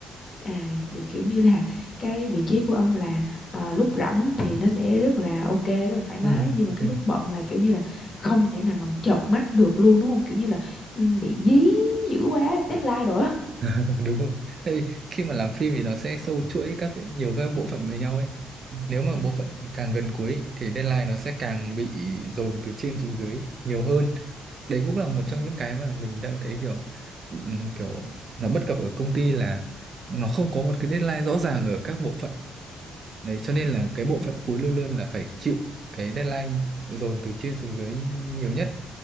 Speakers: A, on the left; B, on the right.
A: À vậy kiểu như là cái vị trí của ông là ờ, lúc rảnh thì nó sẽ rất là ok rất là thoải mái
B: ừ
A: nhưng mà
B: ừ
A: cái lúc bận là kiểu như là không thể nào mà chợp mắt được luôn đúng không? Kiểu như là ừ, bị dí dữ quá deadline rồi á.
B: <laughs> đúng rồi Tại vì khi mà làm phim thì nó sẽ sâu chuỗi các cái, nhiều các bộ phận với nhau ấy nếu mà
A: À.
B: bộ phận càng gần cuối thì deadline nó sẽ càng bị dồn từ trên xuống dưới nhiều hơn đấy cũng là một
A: Ừ.
B: trong những cái mà mình đang thấy kiểu ừm, kiểu nó bất cập ở công ty là nó không có một cái deadline rõ ràng ở các bộ phận Đấy, cho nên là cái bộ
A: Ừ,
B: phận cuối luôn luôn là phải chịu cái deadline dồn từ trên xuống dưới nhiều nhất.